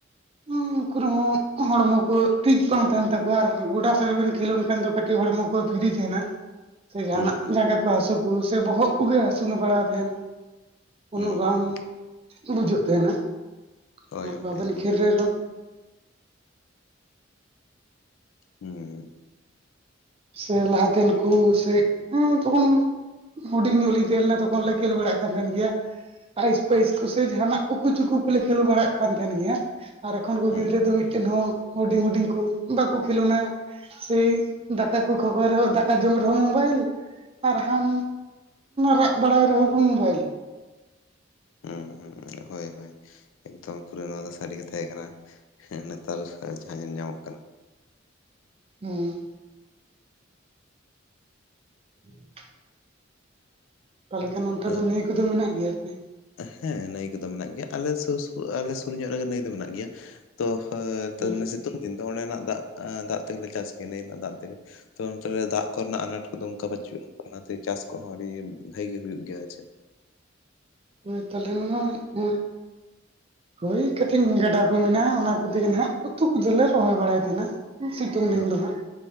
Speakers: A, on the right (about 30°); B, on the left (about 80°).
A: ᱩᱱᱠᱩ ᱨᱮᱦᱚᱸ ᱦᱚᱲᱢᱚ ᱠᱚ, ᱴᱷᱤᱠ ᱵᱟᱝ ᱛᱟᱦᱮᱱ ᱛᱟᱠᱩᱣᱟ ᱾ ᱟᱨ ᱜᱚᱰᱟ ᱥᱮᱫ ᱨᱮᱵᱮᱱ ᱠᱷᱮᱞᱳᱱ ᱠᱷᱟᱱ ᱫᱚ ᱠᱟᱹᱴᱤᱡ ᱦᱚᱲᱢᱚ ᱠᱚ ᱚᱠᱚᱭ ᱯᱷᱨᱤ ᱛᱟᱦᱮᱱᱟ ᱾ ᱥᱮ ᱡᱟᱦᱟᱱᱟᱜ
B: ᱦᱩᱸ ᱦᱩᱸ
A: ᱡᱟᱸᱜᱟ ᱠᱚ ᱦᱥᱩ ᱠᱚ, ᱥᱮ ᱵᱚᱦᱚᱜ ᱠᱚᱜᱮ ᱦᱟᱹᱥᱩ ᱵᱟᱲᱟᱭ ᱛᱟᱦᱮᱸᱱ ᱩᱱᱟᱹᱜ
B: ᱦᱩᱸ
A: ᱵᱟᱝ,
B: ᱦᱩᱸ ᱦᱩᱸ
A: ᱵᱩᱡᱷᱟᱹᱜ ᱛᱟᱦᱮᱱᱟ ᱾
B: ᱦᱳᱭ
A: ᱟᱨ ᱵᱟᱵᱮᱱ
B: ᱦᱳᱭ ᱮᱠᱫᱚᱢ
A: ᱠᱷᱤᱨ ᱨᱮ
B: ᱦᱩᱸ
A: ᱥᱮ ᱞᱟᱦᱟᱛᱮᱱᱠᱩ ᱥᱮ, ᱮᱸ ᱛᱚᱠᱷᱚᱱ ᱦᱩᱰᱤᱧ ᱧᱚᱜ ᱞᱤᱧ ᱛᱟᱦᱮᱸ ᱞᱮᱱᱟ᱾ ᱛᱚᱠᱷᱚᱱ ᱠᱷᱮᱞ ᱵᱟᱲᱟ-ᱜ ᱠᱟᱱ ᱛᱟᱦᱮᱱ ᱜᱮᱭᱟ ᱾ ᱯᱟᱭᱤᱥ - ᱯᱟᱭᱤᱥ ᱠᱚᱥᱮ ᱡᱟᱦᱟᱱᱟᱜ ᱩᱠᱩ ᱪᱩᱠᱩ ᱠᱚᱞᱮ, ᱠᱷᱮᱞᱳ ᱵᱟᱲᱟᱜ ᱠᱟᱱ ᱛᱟᱦᱮᱱ ᱜᱮᱭ-ᱟ᱾ ᱟᱨ ᱮᱠᱷᱚᱱ ᱠᱚ
B: ᱦᱩᱸ
A: ᱜᱤᱫᱽᱨᱟᱹ
B: ᱦᱩᱸ
A: ᱫᱚ, ᱢᱤᱫᱴᱮᱱ ᱦᱚᱸ ᱦᱩᱰᱤᱧ - ᱦᱩᱰᱤᱧ ᱠᱚ ᱵᱟᱠᱚ ᱠᱷᱮᱞᱳᱱᱟ ᱥᱮᱭ ᱫᱟᱠᱟ ᱠᱚ ᱠᱷᱚᱜᱚᱨ, ᱨᱮᱦᱚᱸ ᱫᱟᱠᱟ ᱡᱚᱢ ᱨᱮᱦᱚᱸ ᱢᱳᱚᱵᱟᱭᱤᱞ᱾ ᱟᱨ ᱦᱟᱱ ᱨᱟᱜ ᱵᱟᱲᱟᱭ ᱨᱮᱦᱚᱸ ᱠᱚ ᱢᱳᱵᱟᱭᱤᱞ ᱾
B: ᱦᱩᱸ, ᱦᱚᱸ ᱦᱳᱭ ᱦᱳᱭ ᱮᱠᱫᱚᱢ ᱯᱩᱨᱟᱹ ᱱᱚᱣᱟ ᱫᱚ ᱥᱟᱹᱲᱤ ᱜᱮ ᱛᱟᱦᱮᱸ ᱠᱟᱱᱟ᱾ ᱱᱮᱛᱟᱨ ᱡᱟᱦᱟᱸ ᱧᱮᱞ ᱧᱟᱢᱚᱜ ᱠᱟᱱᱟ᱾
A: ᱦᱩᱸ <inaudible> ᱛᱟᱦᱚᱞᱮ ᱠᱷᱟᱱ ᱚᱱᱛᱮ
B: ᱟᱫᱚ
A: ᱫᱚ ᱱᱤᱭᱟᱹ ᱠᱚᱼᱫᱚ ᱢᱮᱱᱟᱜ ᱜᱮᱭᱟ ᱟᱨᱠᱤ?
B: ᱦᱮᱸ ᱱᱟᱹᱭ ᱠᱚᱼᱫᱚ ᱢᱮᱱᱟᱜ ᱜᱮᱭᱟ᱾ ᱟᱞᱮ ᱟᱞᱮ ᱥᱩᱨ ᱧᱚᱜ ᱨᱮᱜᱮ ᱱᱟᱹᱭ ᱫᱚ ᱢᱮᱱᱟᱜ ᱜᱮᱭᱟ ᱾ ᱛᱚ ᱦᱟᱭ ᱚᱱᱛᱮ
A: ᱦᱮᱸ
B: ᱫᱚ ᱚᱱᱮ ᱥᱤᱛᱩᱝ ᱤᱱ ᱫᱚ ᱚᱸᱰᱮᱱᱟᱜ ᱫᱟᱜ, ᱫᱟᱜ ᱛᱮᱜᱮᱞᱮ ᱪᱟᱥ ᱠᱮᱭᱟ ᱾ ᱱᱟᱹᱭᱹ ᱨᱮᱱᱟᱜ ᱫᱟᱜ ᱛᱮᱜᱮ ᱛᱚ ᱚᱱᱛᱮᱨᱮ ᱫᱟᱜ ᱠᱚᱨᱮᱱᱟᱜ ᱟᱱᱟᱴ ᱠᱚᱼᱫᱚ ᱚᱱᱠᱟ ᱵᱟᱹᱪᱩᱜᱼᱟ ᱾ ᱚᱱᱟᱛᱮ ᱪᱟᱥ ᱠᱚᱼᱦᱚᱸ ᱟᱹᱰᱤ ᱵᱷᱟᱜᱮ ᱜᱮ ᱦᱩᱭᱩᱜ ᱜᱮᱭᱟ? ᱟᱨ ᱪᱮ
A: ᱦᱳᱭ, ᱛᱟᱦᱞᱮ ᱢᱟ ᱱᱟᱜ ᱦᱚᱭ ᱦᱳᱭ ᱠᱟᱴᱤᱡ ᱜᱟᱰᱟ ᱠᱚ ᱢᱮᱱᱟᱜᱼᱟ᱾ ᱚᱱᱟ ᱠᱚᱛᱮᱜᱮ ᱱᱦᱟᱜ ᱩᱛᱩ ᱠᱚᱫᱚᱞᱮ ᱨᱚᱦᱚᱭ ᱵᱟᱲᱟᱭ ᱛᱟᱦᱮᱱᱟ᱾ ᱥᱤᱛᱩᱝ ᱫᱤᱱ
B: ᱚ
A: ᱫᱚ ᱦᱟᱜ,